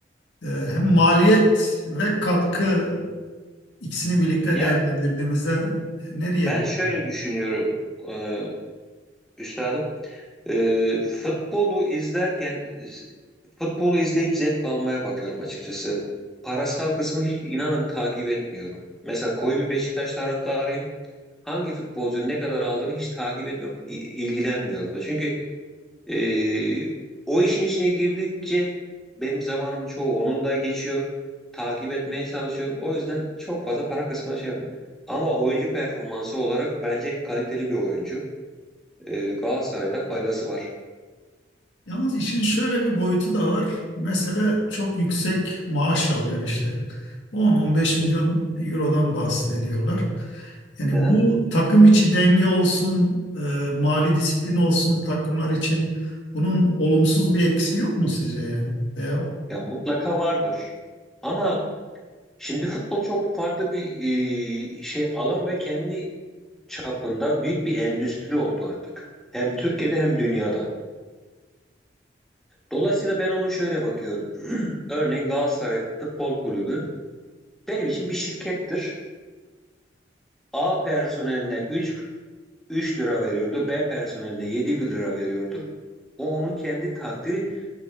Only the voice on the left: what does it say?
e, hem maliyet ve katkı ikisini birlikte
değerlendirdiğimizde ne
diyebilirim?
Yalnız işin şöyle bir boyutu da var. Mesela çok yüksek maaş alıyor işte. 10-15 milyon eurodan bahsediyorlar. Yani
bu takım içi denge olsun, e, mali disiplin olsun takımlar için bunun olumsuz bir etkisi yok mu sizce yani? E,